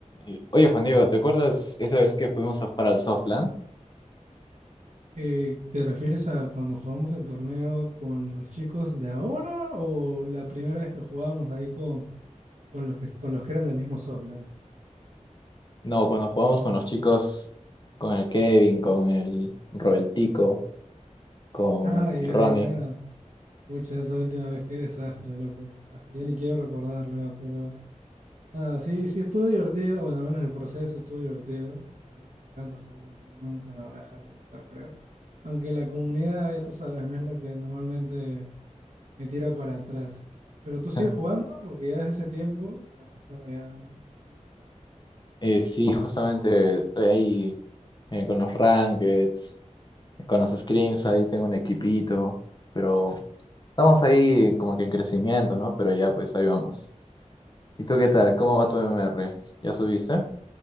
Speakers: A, on the left; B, on the right.
A: Y, Oye, Juan Diego, ¿te acuerdas esa vez que fuimos a jugar al Softland?
B: Eh, ¿te refieres a cuando jugamos el torneo con los chicos de ahora o la primera vez que jugábamos ahí con, con los que, con los que eran del mismo Softland?
A: No, cuando jugamos con los chicos, con el Kevin, con el Robertico, con
B: <laughs> Ay,
A: el
B: ay,
A: Ronnie.
B: ay. Pucha, esa última vez, qué desastre, loco. Ah, Ya ni quiero recordarlo ya, pero nada, sí, sí estuvo divertido. Bueno, al menos el proceso estuvo divertido. La verdad que me encanta jugar Dota y nunca me va a dejar de gustar, creo. Aunque la comunidad, ya tú sabes, no es la que normalmente. me tira para atrás. Pero tú sigues
A: <laughs>
B: jugando porque ya desde ese tiempo ha pasado ya unos mesecitos, ¿ah?
A: Eh, sí, justamente estoy ahí eh, con los Rankeds, con los Scrims, ahí tengo un equipito, pero estamos ahí como que en crecimiento, ¿no? Pero ya, pues ahí vamos. ¿Y tú qué tal? ¿Cómo va tu MMR? ¿Ya subiste?